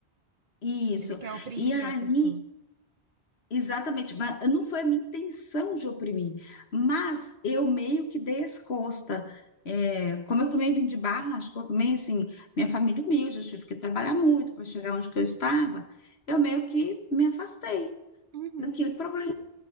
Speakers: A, on the left; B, on the right.
A: Isso.
B: Ele quer oprimir
A: E aí,
B: a pessoa.
A: exatamente, mas não foi a minha intenção de oprimir, mas eu meio que dei as costas. É, como eu também vim de baixo, como eu também, assim, minha família humilde, eu tive que trabalhar muito para chegar onde que eu estava, eu meio que me afastei
B: Uhum,
A: daquele problema,